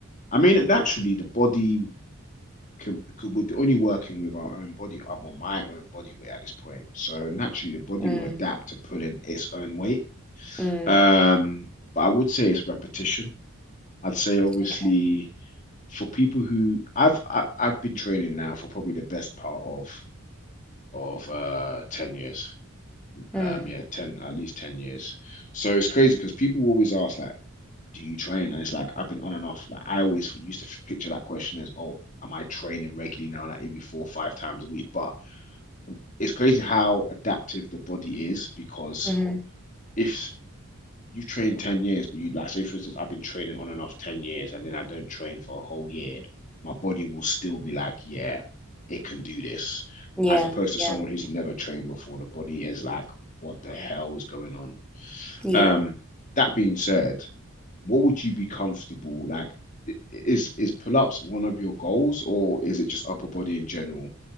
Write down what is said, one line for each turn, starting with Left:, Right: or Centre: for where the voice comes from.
Left: I mean, naturally, the body can, could, we're only working with our own body, uh, well, my own body weight at this point. So naturally, the body
Centre: Mm,
Left: will adapt to pulling its own weight.
Centre: mm,
Left: Um, but I would say it's repetition. I'd say obviously
Centre: okay.
Left: for people who I've I, I've been training now for probably the best part of of uh 10 years. Um,
Centre: Mm,
Left: yeah, 10 at least 10 years. So it's crazy because people always ask like. do you train? And it's like I've been on and off. Like I always used to picture that question as, oh, am I training regularly now, like every four or five times a week? But it's crazy how adaptive the body is because
Centre: hmm
Left: if you train 10 years, but you like say for instance, I've been training on and off 10 years and then I don't train for a whole year, my body will still be like, yeah, it can do this.
Centre: Yeah,
Left: As opposed
Centre: yeah,
Left: to someone who's never trained before, the body is like, what the hell is going on?
Centre: yeah.
Left: Um, that being said, what would you be comfortable like? i- Is is pull-ups one of your goals, or is it just upper body in general?